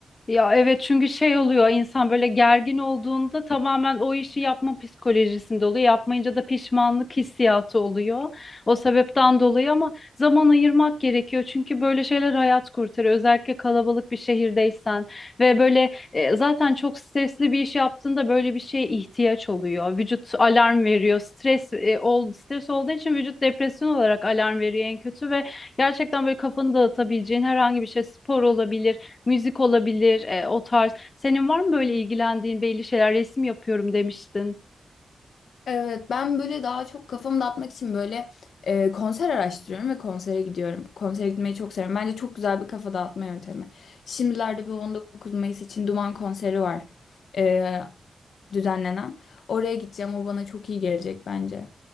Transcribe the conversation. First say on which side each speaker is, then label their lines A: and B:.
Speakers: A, on the left; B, on the left.
A: Ya evet çünkü şey oluyor insan böyle gergin olduğunda tamamen o işi yapma psikolojisinde oluyor. Yapmayınca da pişmanlık hissiyatı oluyor. O sebepten dolayı ama zaman ayırmak gerekiyor. Çünkü böyle şeyler hayat kurtarıyor. Özellikle kalabalık bir şehirdeysen ve böyle e, zaten çok stresli bir iş yaptığında böyle bir şeye ihtiyaç oluyor. Vücut alarm veriyor. Stres e, ol stres olduğu için vücut depresyon olarak alarm veriyor en kötü ve gerçekten böyle kafanı dağıtabileceğin herhangi bir şey spor olabilir müzik olabilir, e, o tarz. Senin var mı böyle ilgilendiğin belli şeyler? Resim yapıyorum demiştin.
B: Evet ben böyle daha çok kafamı dağıtmak için böyle e, konser araştırıyorum ve konsere gidiyorum. Konsere gitmeyi çok seviyorum. Bence çok güzel bir kafa dağıtma yöntemi. Şimdilerde bu 19 Mayıs için Duman konseri var e, düzenlenen. Oraya gideceğim o bana çok iyi gelecek bence.